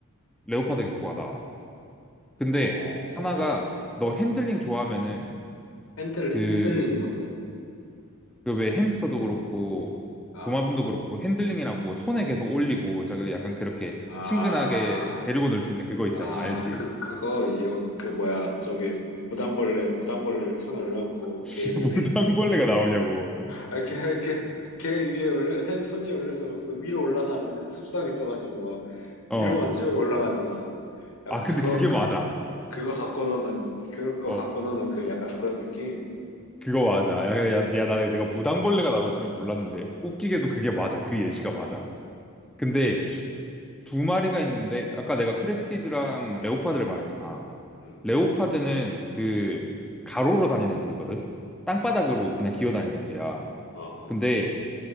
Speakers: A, in the centre; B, on the left.
A: 레오파드 개코가 나. 근데
B: 어, 어.
A: 하나가 너 핸들링 좋아하면은
B: 핸들링?
A: 그
B: 핸들링이 뭔데?
A: 그 왜 햄스터도 그렇고
B: 아,
A: 도마뱀도 그렇고 핸들링이라고 손에 계속 올리고 자그 약간 그렇게
B: 아,
A: 친근하게 데리고 놀 수 있는 그거 있잖아
B: 아,
A: 알지?
B: 그, 그거, 이, 그, 뭐야, 저기, 무당벌레, 무당벌레 이렇게 손을 올고걔
A: <laughs>
B: 이렇게
A: 무당벌레가 나오냐고
B: 아, 걔, 걔, 걔 위에 올려, 해, 손이 올려도 그 위로 올라가는 그 습성 있어가지고 막 위로만
A: 어
B: 쭉 올라가잖아. 약간
A: 아 근데
B: 그거,
A: 그게
B: 그-
A: 맞아
B: 그거 갖고 노는, 그거
A: 어
B: 갖고 노는 그 약간 그런 느낌?
A: 그거 맞아 야야야 나 내가 무당벌레가 나올 줄은 몰랐는데
B: 응.
A: 웃기게도
B: 아,
A: 그게 맞아 그 예시가 맞아
B: 음,
A: 근데 두 마리가 있는데 아까 내가 크레스티드랑 레오파드를 말했잖아
B: 음,
A: 레오파드는 그 가로로 다니는 애들이거든 땅바닥으로 그냥 기어다니는 애들이야
B: 음. 어, 어.
A: 근데